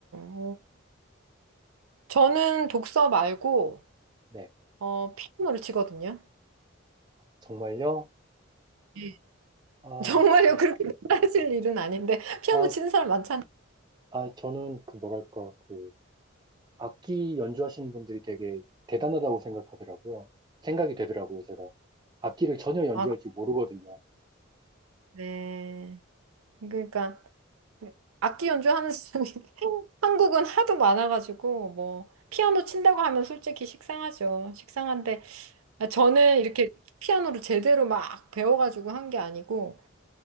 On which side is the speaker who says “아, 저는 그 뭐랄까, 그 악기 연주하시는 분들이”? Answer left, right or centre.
Right